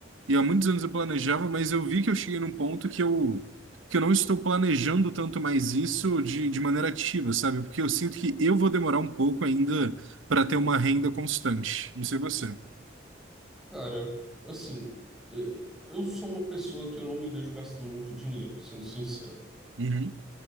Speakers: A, on the right; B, in the centre.
A: e há muitos anos eu planejava, mas eu vi que eu cheguei num ponto que eu, que eu não estou planejando tanto mais isso de, de maneira ativa, sabe? Porque eu sinto que eu vou demorar um pouco ainda para ter uma renda constante. Não sei você.
B: Cara, assim, eh, eu sou uma pessoa que eu não me vejo gastando muito dinheiro, sendo sincero.
A: Uhum.